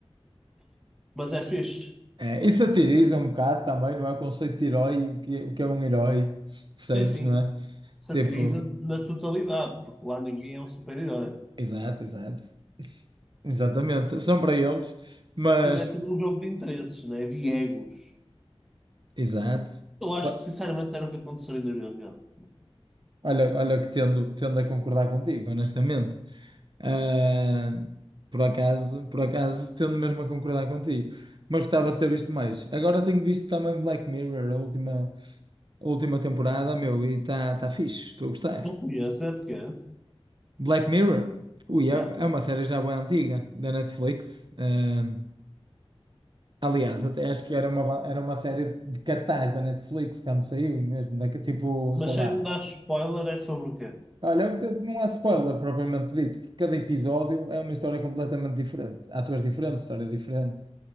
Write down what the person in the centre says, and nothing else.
mas é fixe.
Sim, sim,
satiriza
na totalidade, porque lá ninguém é um super-herói.
Aquilo é tudo um jogo de interesses, né? De egos.
Eu acho
que sinceramente era o que aconteceria na vida real.
Não conheço, é de quê?
Yeah.
Mas
sem me dar spoiler, é sobre o quê?